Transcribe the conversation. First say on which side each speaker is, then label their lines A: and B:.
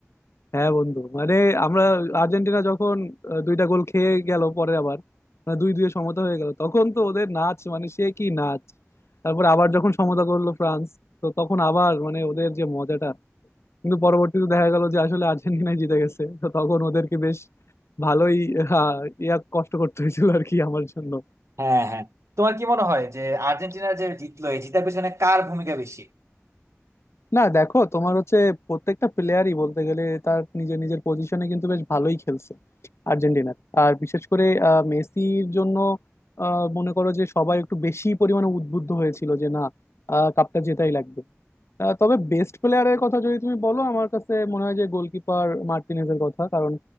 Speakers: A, on the left; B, on the right.
A: হ্যাঁ বন্ধু মানে আমরা আর্জেন্টিনা যখন আহ, দুইটা গোল খেয়ে গেল পরে আবার মানে দুই দুই সমতা হয়ে গেল তখন তো ওদের নাচ মানে সে কি নাচ তারপর আবার যখন সমতা করলো ফ্রান্স তো তখন আবার মানে ওদের যে মজাটা কিন্তু পরবর্তীতে দেখা গেল যে আসলে আর্জেন্টিনাই জিতে গেছে তো তখন ওদেরকে বেশ ভালোই আহ, ইয়া কষ্ট করতে হয়েছিল আর কি আমার জন্য
B: হ্যাঁ হ্যাঁ তোমার কি মনে হয় যে আর্জেন্টিনার যে জিতলো এই জিতার পেছনে কার ভূমিকা বেশি
A: না দেখো তোমার হচ্ছে প্রত্যেকটা প্লেয়ারই বলতে গেলে তার নিজের নিজের পজিশনে কিন্তু বেশ ভালোই খেলছে আর্জেন্টিনার আর বিশেষ করে আহ, মেসির জন্য আহ, মনে করো যে সবাই একটু বেশি পরিমাণে উদ্বুদ্ধ হয়েছিল যে না আহ, কাপটা জেতাই লাগবে আহ, তবে বেস্ট প্লেয়ারের কথা যদি তুমি বলো আমার কাছে মনে হয় যে গোলকিপার মার্টিনেজের কথা কারণ